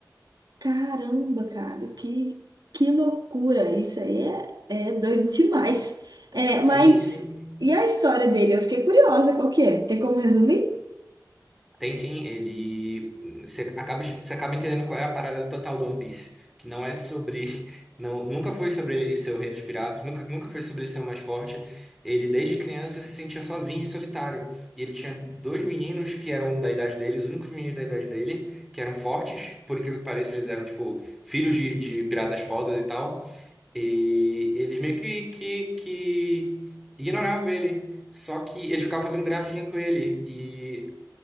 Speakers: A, on the right (about 70°); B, in the centre.
A: Caramba, cara, que, que loucura! Isso aí é, é doido demais. É,
B: Sim,
A: mas
B: sim.
A: e a história dele? Eu fiquei curiosa, qual que é? Tem como resumir?
B: Tem sim, ele. Você acaba, você acaba entendendo qual é a parada total do One Piece. Que não é sobre. <laughs> Não, nunca foi sobre ele ser o rei dos piratas, nunca, nunca foi sobre ele ser o mais forte. Ele, desde criança, se sentia sozinho e solitário. E ele tinha dois meninos que eram da idade dele, os únicos meninos da idade dele, que eram fortes. Por incrível que pareça, eles eram, tipo, filhos de, de piratas fodas e tal. E eles meio que, que, que ignoravam ele. Só que eles ficavam fazendo gracinha com ele. E